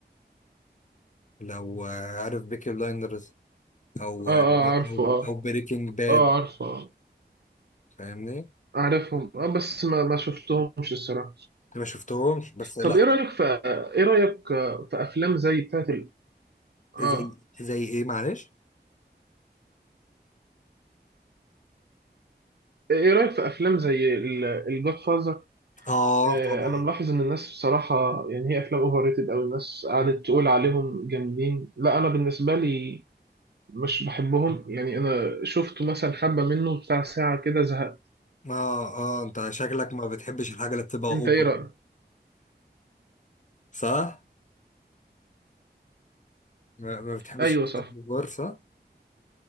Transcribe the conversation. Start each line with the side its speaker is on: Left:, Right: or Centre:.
Left: لو آه، عارف بيكي بلايندرز او
Right: آه
Left: آه، ب-
Right: عارفه
Left: او
Right: آه
Left: او بريكنج باد
Right: آه عارفه آه.
Left: فاهمني أنا
Right: أعرفهم آه بس ما ما شفتهمش الصراحة
Left: ما شفتهمش بس لا
Right: طب إيه رأيك في إيه رأيك آه، في أفلام زي بتاعت ال... آه
Left: زي زي ايه معلش
Right: إيه رأيك في أفلام زي الجاد فازر
Left: اه
Right: آه
Left: طبعا
Right: أنا ملاحظ إن الناس بصراحة يعني هي أفلام أوفر ريتد أوي الناس قعدت تقول عليهم جامدين لا أنا بالنسبة لي مش بحبهم يعني أنا شفته مثلا حبة منه بتاع ساعة كده زهقت
Left: اه اه انت شكلك ما بتحبش الحاجه اللي بتبقى
Right: أنت
Left: اوفر
Right: إيه رأيك؟
Left: صح ما, ما بتحبش
Right: أيوه
Left: الحاجه
Right: صح
Left: اوفر صح